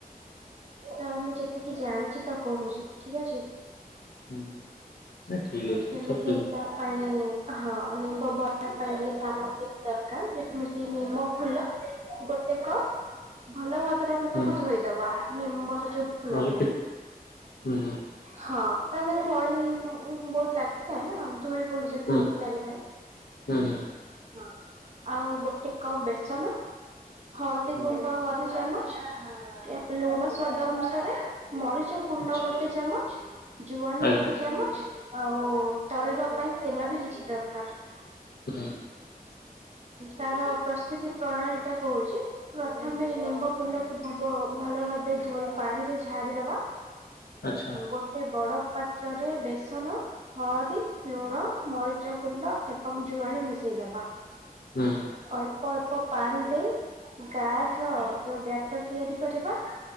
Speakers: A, on the right; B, on the left.
A: ତ ମୁଁ ଯେତିକି ଜାଣିଛି ତ କହୁଛି ଠିକ ଅଛି।
B: ହୁଁ। ନା ଠିକ ଅଛି କିଛି
A: କେମିତି
B: ଅସୁବିଧା ନାହିଁ।
A: ତା ପାଇଁ ହଁ ନିମ୍ବ ବନବା ପାଇଁ ସାମଗ୍ରୀ ବି ଦରକାର ଯେମିତି ନିମ ଫୁଲ ଗୋଟେ କପ ଭଲ ଭାବରେ ଆମେ
B: ହୁଁ
A: ତାକୁ ଧୋଇଦବା ନିମ୍ବର ଯୋଉ ଫୁଲ
B: ନହେଲେ
A: ଥାଏ
B: କି ହୁଁ
A: ହଁ ତାରେ ମାଳି ବହୁତ ଲାଗିଥାଏ ନା ଧୂ, ଳି ପୁଣି ଯେମିତି
B: ହୁଁ
A: ଉଠିକି ଲାଗିଥାଏ।
B: ହୁଁ ହୁଁ
A: ହଁ ଆଉ ଗୋଟେ କପ ବେସନ, ହଳଦୀ
B: ହୁଁ
A: ଗୁଣ୍ଡ ଅଧ ଚାମଚ ଲୁଣ ସ୍ୱାଦ ଅନୁସାରେ, ମରିଚ ଗୁଣ୍ଡ
B: ଆଚ୍ଛା
A: ଗୋଟେ ଚାମଚ ଜୁଆଣି
B: ଆଜ୍ଞା
A: ଅଧ ଚାମଚ ଆଉ ତଳିିବା ପାଇଁ ତେଲ ବି କିଛି ଦରକାର।
B: ହୁଁ ଉଁ।
A: ତାର ପ୍ରସ୍ତୁତି ପ୍ରଣାଳୀ ଟା କହୁଛି, ପ୍ରଥମେ ନିମ୍ବ ଫୁଲକୁ ସବ ଭଲ ଭାବେ ଧୋଇ ପାଣି ରେ ଝାଡିଦବା
B: ଆଚ୍ଛା
A: ଗୋଟେ ବଡ ପାତ୍ରରେ ବେସନ ହଳଦୀ, ଲୁଣ, ମରିଚ କୁଣ୍ଡ ଏବଂ ଜୁଆଣି ମିଶେଇଦବା।
B: ହୁଁ ଉଁ।
A: ଅଳ୍ପ ଅଳ୍ପ ପାଣି ଦେଇ ଗାଡ ର ଯୋଉ ବ୍ୟାଟର ତିଆରି କରିବା।